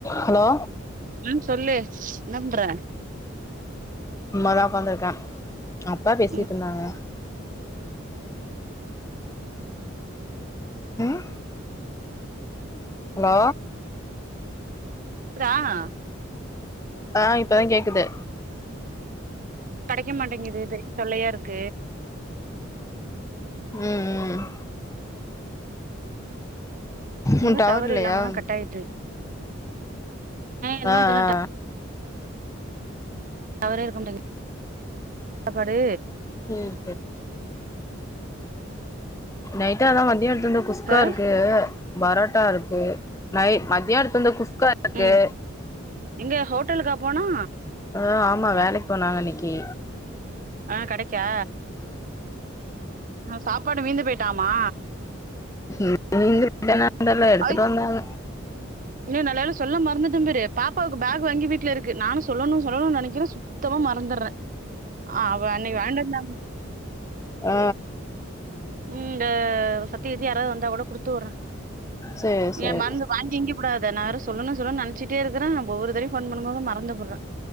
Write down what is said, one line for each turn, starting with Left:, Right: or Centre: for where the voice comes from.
Left: Hello
Right: ம் சொல்லு என்ன பன்ற
Left: சும்மா தா உட்காந்துருக்க அப்பா பேசிட்டுருந்தாங்க
Right: ம்
Left: ம் ஹலோ
Right: க்குதா
Left: ஆ இப்பதா கேக்குது
Right: கெடைக்க மாட்டேங்குது பெரிய தொல்லையா இருக்கு
Left: உம் உம்
Right: இங்கருந்து
Left: உன் டவர் இல்லையா
Right: இல்லாமதா கட் ஆயிட்டு என்னமோ
Left: ஆ
Right: தெர்ல
Left: ஆ
Right: டவரே இருக்க மாட்டேங் ப்பாடு
Left: உம் நைட்டு ஆனா மதியோ எடுத்துரு வந்த குஸ்கா
Right: ஆ
Left: இருக்கு பரோட்டா இருக்கு நை மத்தியோ எடுத்து வந்த குஸ்கா இருக்கு
Right: ம் எங்க ஹோட்டலுக்கா போனோ
Left: ஆ ஆமா வேலைக்கு போனாங்க இன்னக்கி
Right: ஆ கடைக்கா ஆ சாப்பாடு மீந்து போயிட்டாமா
Left: <unintelligible> எடுத்துட்டு
Right: ஐ
Left: வந்தாங்க
Right: இன்னு நல்ல வேள சொல்ல மறந்துட்டே பாரு பாப்பாவுக்கு பேக் வாங்கி வீட்ல இருக்கு நானும் சொல்லணும் சொல்லணும்னு நெனக்கிறே சுத் சுத்தமா மறந்துட்றேன் ஆ அவ அன்னைக்கு வாங்கிண்டுவந்தா
Left: ஆ
Right: உம் இந்த சத்தி யித்தி யாராவது வந்தாக் கூட குடுத்து வுட்றே
Left: சேரி சேரி
Right: ஏ மருந்து வாங்கி ஈங்கி புடாதே நா வேற சொல்லணு சொல்லுணுன்னு நெனச்சிட்டே இருக்கே ஒவ்வொரு தடயும் ஃபோன் பண்ணும் போதும் மறந்து புட்றே